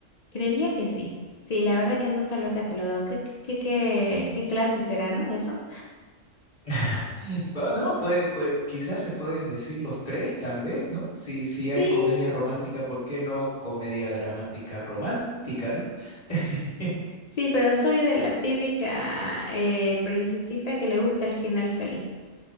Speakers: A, on the left (about 75°); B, on the left (about 35°).
A: Creería que sí. Sí, la verdad que nunca lo he catalogado. ¿Qué, qué, qué, qué qué clase será, no? Eso.
B: <laughs> Bueno, no, puede, pues quizás se pueden decir los tres, tal vez, ¿no? Si, si hay
A: Sí,
B: comedia romántica, ¿por qué no comedia dramática romántica, ¿no? <laughs>
A: sí, pero soy de la típica eh, princesita que le gusta el final feliz.